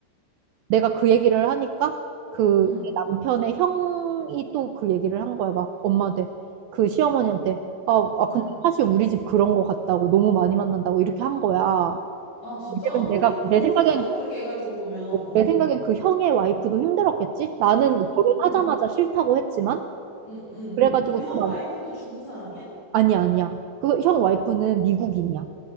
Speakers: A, on the right; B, on the left.
A: 내가 그 얘기를 하니까 그내
B: 응,
A: 남편의 형이 또 그 얘기를 한 거야. 막 엄마한테 그 시어머니한테 아, 아
B: 응.
A: 근데 사실 우리 집 그런 거 같다고 너무 많이 만난다고 이렇게 한 거야.
B: 아, 진짜?
A: 왜냐면
B: 어, 근데
A: 내가
B: 그
A: 내
B: 형제가
A: 생각엔
B: 그렇게 얘기할 정도면, 어.
A: 내 생각엔 그 형의 와이프도 힘들었겠지? 나는
B: 음,
A: 결혼하자마자 싫다고 했지만
B: 응, 응.
A: 그래가지고
B: 그 형
A: 또 난-
B: 와이프도 중국 사람이야?
A: 아니야 아니야. 그 형 와이프는 미국인이야.